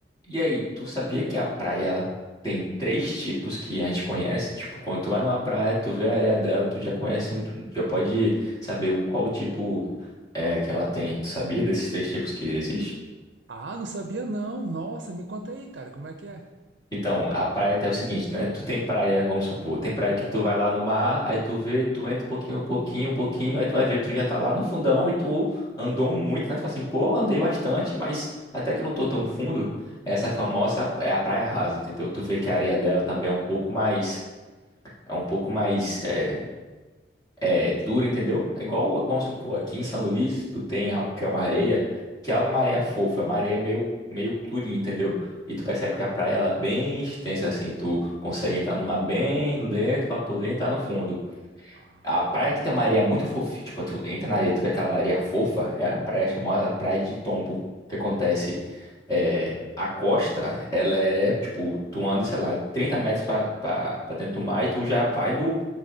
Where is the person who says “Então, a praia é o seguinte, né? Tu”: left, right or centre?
Left